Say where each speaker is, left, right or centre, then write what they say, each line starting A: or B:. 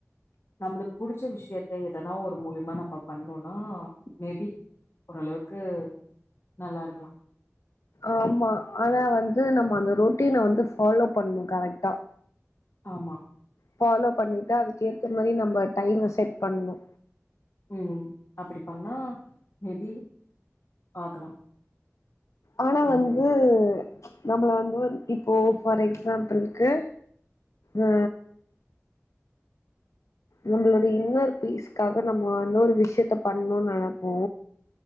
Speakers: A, on the left; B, on the left.
A: நம்பளுக்கு புடிச்ச விஷயத்த எதனா ஒரு மூலியமா நம்ப பண்ணோனா மேபி ஓரளவுக்கு நல்லா இருக்லா
B: ஆமா ஆனா வந்து நம்ம அந்த ரொட்டீன வந்து ஃபாலோ பண்ணு கரெக்டா
A: ஆமா
B: ஃபாலோ பண்ணிட்டு அதுக்கேத்த மாரி நம்ப டைம செட் பண்ணு
A: ம் அப்படி பண்ணா மேபி பாக்கலா
B: ஆனா வந்து
A: ம்
B: நம்மள வந்த வந் இப்போ ஃபார் எக்ஸாம்பிள் க்கு அ நம்மளோட இன்னர் பீஸ்காக நம்ம இன்னொரு விஷயத்த பண்ணுன் நனைப்போ